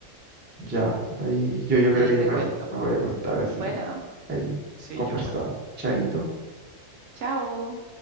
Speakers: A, on the right; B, on the right.
A: ya, ahí yo, yo
B: Y
A: creo
B: ahí
A: que
B: te
A: ya me,
B: cuento.
A: voy- me voy a acostar, así
B: Bueno,
A: que ahí
B: sí,
A: conversamos.
B: yo igual.
A: Chaito.
B: Chao.